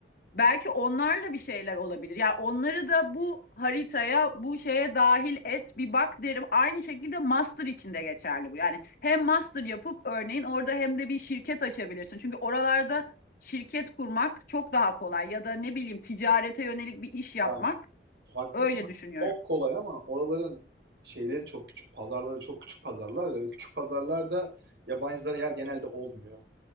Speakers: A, on the left; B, on the right.
A: Belki onlarla bir şeyler olabilir. Yani onları da bu haritaya, bu şeye dahil et, bir bak derim. Aynı şekilde master için de geçerli bu. Yani hem master yapıp örneğin orada hem de bir şirket açabilirsin. Çünkü oralarda şirket kurmak çok daha kolay ya da ne bileyim ticarete yönelik bir iş yapmak.
B: Yani haklısın.
A: Öyle düşünüyorum.
B: Çok kolay ama oraların şeyleri çok küçük. Pazarları çok küçük pazarlar. ve Küçük pazarlarda yabancılara yer genelde olmuyor.